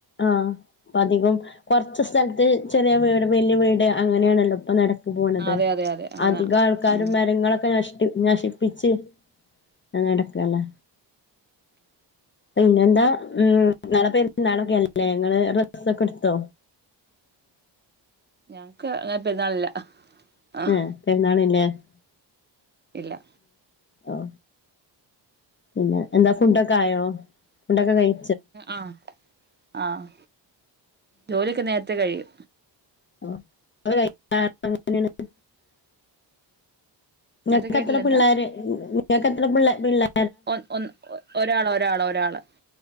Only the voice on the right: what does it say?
അതെ അതെ അതെ അങ്ങനാ
ഉം
ഞങ്ങക്ക് അങ്ങനെ പെരുന്നാളില്ല ആഹ്
ഇല്ല
ആഹ് ആഹ് ജോലിയൊക്കെ നേരത്തെ കഴിയും
എന്താ കേട്ടില്ല
ഒൻഒൻ ഒ ഒരാള് ഒരാള് ഒരാള്